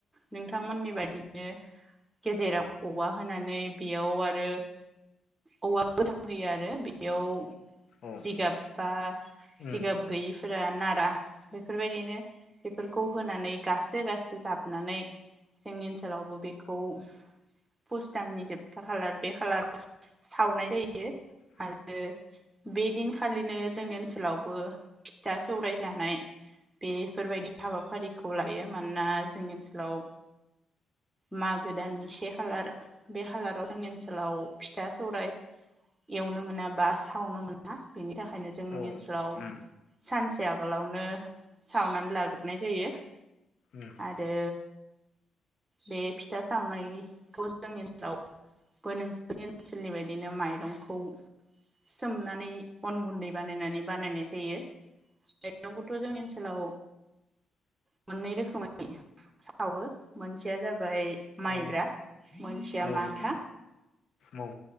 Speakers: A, on the right (about 20°); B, on the left (about 70°).
A: नोंथांमोननि बायदिनो गेजेराव औवा होनानै बेयाव आरो औवा गोथां होयो आरो बेयाव
B: ओं
A: जिगाब बा जिगाब
B: औ
A: फोरा नारा बे बेफोरबायदिनो बेफोरखौ होनानै गासो गासो जाब नानै जोंनि ओनसोलावबो बेखौ पुस दाननि जोबथार खालार बे खालार सावनाय जायो। आरो बेदिन खालिनो जोंनि ओनसोलावबो फिथा सौराय जानाय बेफोरबायदि हाबाफारिखौ लायो मानोना जोंनि ओनसोलाव मागो दाननि से खालार बे खालाराव जोंनि ओनसोलाव फिथा सौराय एवनो मोना बा सावनो मोना बेनि बेनि थाखायनो जोंनि
B: औ
A: ओनसोलाव
B: उम
A: सानसे आगोलावनो सावनानै लाग्रोनाय जायो।
B: उम
A: आरो बे फिथा सावनायखौ जोंनि ओनसोलावबो नोंसोरनि ओनसोलनि बायदिनो माइरंखौ सोमनानै अन गुन्दै बानायनानै बानायनाय जायो। माइरंखौथ' जोंनि ओनसोलाव मोननै रोखोमै सावो मोनसेया जाबाय माइब्रा
B: औ उम औ
A: मोनसेया
B: उम
A: माथा
B: उम औ